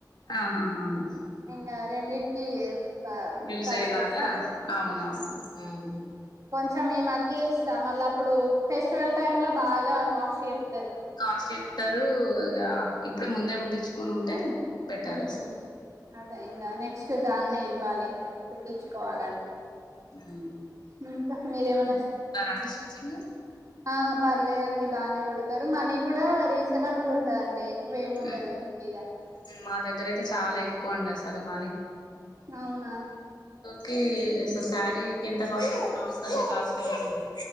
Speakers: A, on the left; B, on the right.
A: ఆహాహాహా
B: నింగ రెండి కి క
A: యూజ్
B: కలిసోస్తది
A: అయ్యేలాగా
B: అని
A: అవునవునవును
B: కొంచం మీ మధ్యే ఇస్తా మళ్ళ అప్పుడు ఫెస్టివల్ టైమ్ లో బాగా కాస్ట్ చెప్
A: కాస్ట్ చెప్తారు ఇగ ఇప్పుడే ముందే గుట్ంచుకని ఉంటే బెటర్
B: హ్మ్
A: అసలు
B: అదే ఇంకా నెక్స్ట్ దానే ఇవ్వాలి ఇకా కుట్టించుకోవాలన్
A: హమ్
B: ఇంక మీరేమన్ వస్త్
A: అండి స్టిచ్చింగ్
B: ఆ పర్లేదండి బానే కూడతారు మనీ కూడా రీజన్ నడబ్బులు ఉంటయండి ఎక్కువ ఏమి ఉండదు
A: మ్మ్
B: ఫ్రీగా
A: మా దగ్గర అయితే చాలా ఎక్కువ అండసలు మనీ
B: అవునా
A: కి అసలు శారీకి ఎంత కాస్ట్ బ్లౌజ్ కంత కాస్ట్ అవుతుంది